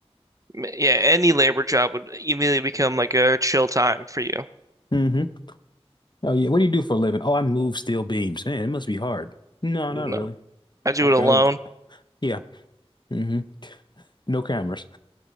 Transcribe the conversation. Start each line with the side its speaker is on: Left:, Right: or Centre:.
Right: m- yeah. Any labor job would immediately become like a chill time for you.
Left: hmm Oh yeah, what do you do for a living? Oh, I move steel beams. Man, it must be hard. No,
Right: No,
Left: not really.
Right: I do
Left: I
Right: it
Left: barely.
Right: alone.
Left: Yeah. hmm No cameras.